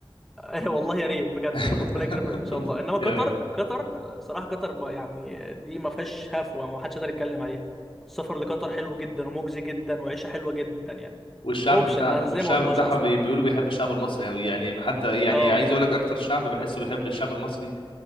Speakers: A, in the centre; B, on the left.
A: <laughs> والله يا ريت بجد
B: <laughs>
A: يعني ربنا يكرمنا ان شاء الله انما قطر
B: يا رب
A: قطر صراحه قطر ما- يعني دي ما فيهاش هفوه ما حدش يقدر يتكلم عليها السفر لقطر حلو جدا ومجزي جدا وعيشه حلوه جدا يعني
B: والشعب
A: واوبشن
B: بتاع
A: انا
B: والشعب
A: زي ما قلتوش
B: بتاعها
A: اصلا
B: بي- بيقولوا بيحب الشعب المصري قوي يعني حتى يعني
A: اه
B: عايز اقول لك اكتر شعب بحسه بيحب الشعب المصري